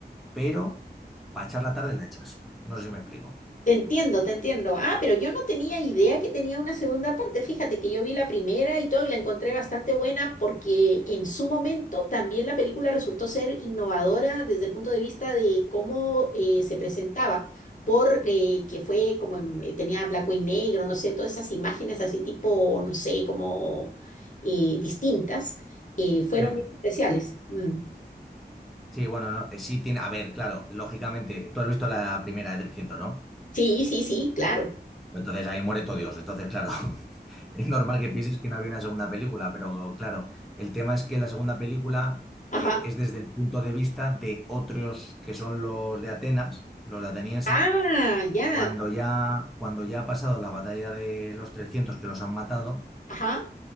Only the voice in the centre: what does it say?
pero, para echar la tarde la echas. No sé si me explico.
Sí,
sí, bueno, no, eh, sí tiene, a ver, claro, lógicamente, tú has visto la primera de trescientos, ¿no?
Entonces ahí muere todo Dios. Entonces, claro, Es normal que pienses que no había una segunda película, pero claro, el tema es que la segunda película
eh, es desde el punto de vista de otros que son los de Atenas, los atenienses.
Claro.
Cuando ya, cuando ya ha pasado la batalla de los 300 que los han matado,